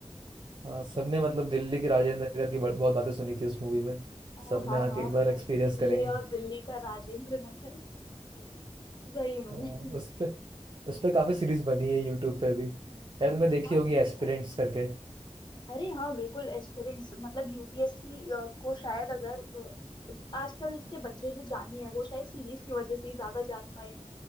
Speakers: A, on the right; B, on the left.
A: हाँ सबने मतलब दिल्ली की राजेंद्र नगर की बहुत बातें सुनी थी उस मूवी में
B: हाँ
A: सबने
B: हाँ
A: आके एक बार
B: हाँ
A: एक्सपीरियंस
B: दिल्ली
A: करेंगे
B: और दिल्ली का राजेंद्र नगर <laughs> सही में
A: हाँ, उस पे उस पे काफी सीरीज बनी है यूट्यूब पे भी शायद तुमने देखी
B: हाँ
A: होगी
B: सही
A: एस्पिरेंट्स करके
B: अरे हाँ बिल्कुल एस्पिरेंट्स मतलब यूपीएससी को शायद अगर अ, आजकल के बच्चे जो जाने हैं वो शायद सीरीज की वजह से ही ज्यादा जान पाए हैं